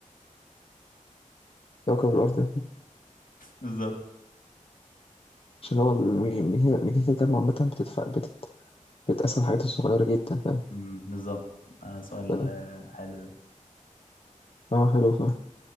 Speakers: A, on the left; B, on the left.
A: كوكب الأرض
B: بالظبط
A: عشان هو المي- الميزانية الميزانية الجامعة عامة بتدفع بتت... بتقسم الحاجات الصغيرة جدا فاهم
B: مم، بالظبط آه سؤال
A: ف-
B: آه، حلو ده
A: اه حلو فاهم